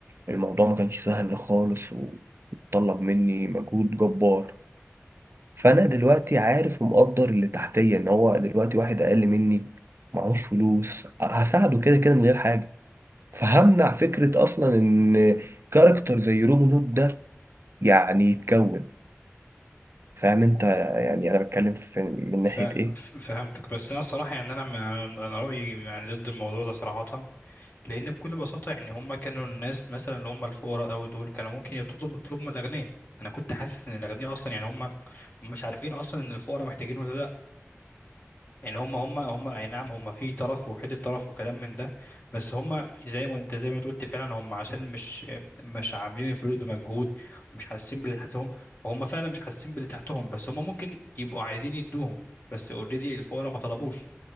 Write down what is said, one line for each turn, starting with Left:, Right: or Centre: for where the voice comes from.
Right: الموضوع ما كانش سهل خالص وطلب مني مجهود جبار فانا دلوقتي عارف ومقدر اللي تحتيه ان هو دلوقتي واحد اقل مني معهوش فلوس هساعده كده كده من غير حاجه فهمنع فكره اصلا ان كاركتر زي روبن هود ده يعني يتكون فاهم انت يعني انا بتكلم في من
Left: ف...
Right: ناحيه
Left: ف-
Right: ايه
Left: فهمتك بس انا صراحه يعني انا انا أنا رايي يعني ضد الموضوع ده صراحه لان بكل بساطه يعني هم كانوا الناس مثلا اللي هم الفقراء قوي دول كانوا ممكن يطلبوا يطلبوا من الاغنياء انا كنت حاسس ان الاغنياء اصلا يعني هم هم مش عارفين اصلا ان الفقراء محتاجين ولا لا يعني هم هم هم اي نعم هم في طرف وحته طرف وكلام من ده بس هم زي ما انت زي ما أنت قلت فعلا هم عشان مش مش عاملين الفلوس بمجهود ومش حاسين باللي تحتهم فهم فعلا مش حاسين باللي تحتهم بس هم ممكن يبقوا عايزين يدوهم بس اوريدي الفقراء ما طلبوش